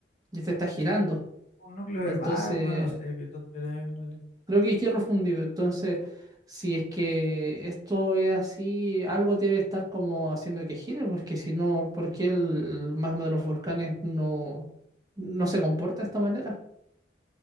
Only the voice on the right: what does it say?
Y este está girando.
Entonces,
creo que es hierro fundido. Entonces, si es que esto es así, algo debe estar como haciendo que gire, porque si no, ¿por qué el magma de los volcanes no, no se comporta de esta manera?